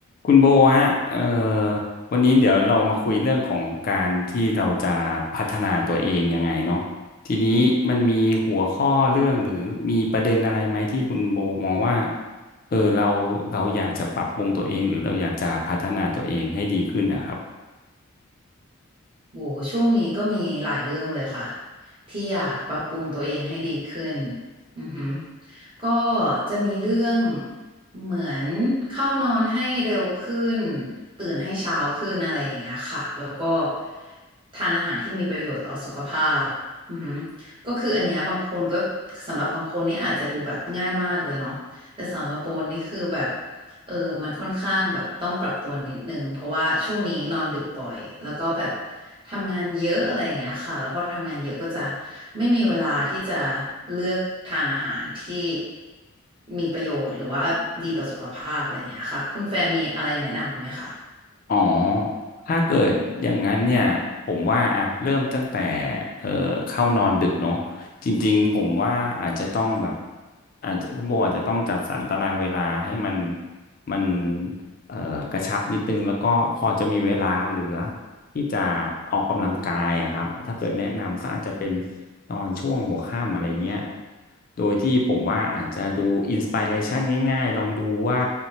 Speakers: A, on the left; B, on the right.
A: คุณโบฮะเอ่อวันนี้เดี๋ยวเรามาคุยเรื่องของการที่เราจะพัฒนาตัวเองยังไงเนาะทีนี้มันมีหัวข้อเรื่องหรือมีประเด็นอะไรไหมที่คุณโบมองว่าเออเราเราอยากจะปรับปรุงตัวเองหรือเราอยากจะพัฒนาตัวเองให้ดีขึ้นนะครับ
B: โหช่วงนี้ก็มีหลายเรื่องเลยค่ะที่อยากปรับปรุงตัวเองให้ดีขึ้นอือหือก็จะมีเรื่องเหมือนเข้านอนให้เร็วขึ้นตื่นให้เช้าขึ้นอะไรอย่างเงี้ยค่ะแล้วก็ทานอาหารที่มีประโยชน์ต่อสุขภาพอือหือก็คืออันเนี้ยบางคนก็สำหรับบางคนนี่อาจจะดูแบบง่ายมากเลยเนาะแต่สำหรับโบนี่คือแบบ เออมันค่อนข้างแบบต้องปรับตัวนิดนึงเพราะว่าช่วงนี้นอนดึกบ่อย แล้วก็แบบทำงานเยอะอะไรอย่างเงี้ยค่ะ แล้วพอทำงานเยอะก็จะไม่มีเวลาที่จะเลือกทานอาหารที่มีประโยชน์หรือว่าดีต่อสุขภาพอะไรอย่างเงี้ยค่ะคุณแฟร์มีอะไรแนะนำไหมคะ
A: อ๋อ ถ้าเกิดอย่างนั้นเนี่ยผมว่าอ่ะเริ่มตั้งแต่เอ่อเข้านอนดึกเนาะจริงๆผมว่าอาจจะต้องแบบอาจจะคุณโบอาจจะต้องจัดสรรตารางเวลาให้มันมันเอ่อกระชับนิดนึงแล้วก็พอจะมีเวลาเหลือ ที่จะออกกำลังกายอะครับ ถ้าเกิดแนะนำก็อาจจะเป็นตอนช่วงหัวค่ำอะไรเงี้ย โดยที่ผมว่าอาจจะดูอินส i r เรชันง่ายๆ ลองดูว่า